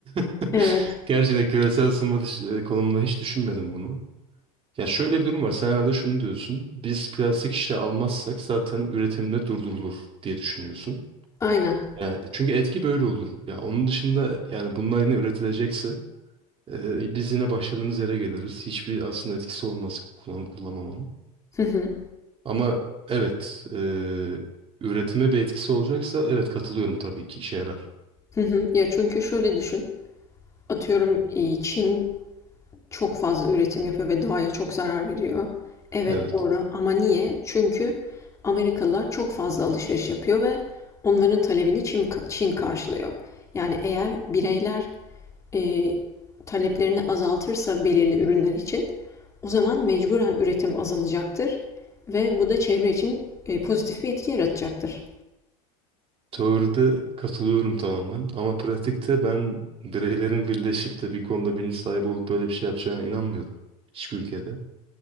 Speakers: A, on the right; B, on the left.
A: <laughs>
B: Evet.
A: Gerçi de küresel ısınma dış- e, konumunda hiç düşünmedim bunu. Ya şöyle bir durum var. Sen herhalde şunu diyorsun. Biz plastik şişe almazsak zaten üretimde durdurulur diye düşünüyorsun.
B: Aynen.
A: Yani çünkü etki böyle olur. Ya onun dışında yani bunlar yine üretilecekse Ee, biz yine başladığımız yere geliriz. Hiçbir aslında etkisi olmaz kullanıp kullanmamanın.
B: Hı hı.
A: Ama evet, e, üretime bir etkisi olacaksa evet katılıyorum tabii ki işe yarar.
B: Hı hı. Ya çünkü şöyle düşün. Atıyorum e, Çin çok fazla üretim yapıyor ve doğaya çok zarar veriyor. Evet
A: Evet.
B: doğru ama niye? Çünkü Amerikalılar çok fazla alışveriş yapıyor ve onların talebini Çin, Çin karşılıyor. Yani eğer bireyler e, taleplerini azaltırsa belirli ürünler için o zaman mecburen üretim azalacaktır ve bu da çevre için e, pozitif bir etki yaratacaktır.
A: Teoride katılıyorum tamamen ama pratikte ben bireylerin birleşip de bir konuda bilinç sahibi olup böyle bir şey yapacağına inanmıyorum. Hiçbir ülkede.